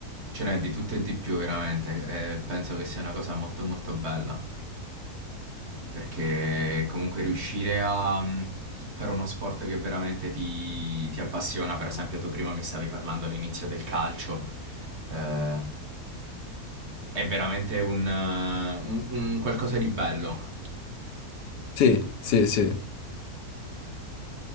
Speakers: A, on the right (about 50°); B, on the left (about 85°).
A: ce n'è di tutto e di più veramente e penso che sia una cosa molto molto bella perché comunque riuscire a mm, fare uno sport che veramente ti, ti appassiona, per esempio tu prima mi stavi parlando all'inizio del calcio, eh, è veramente un, eh, un- un qualcosa di bello
B: Sì, sì, sì.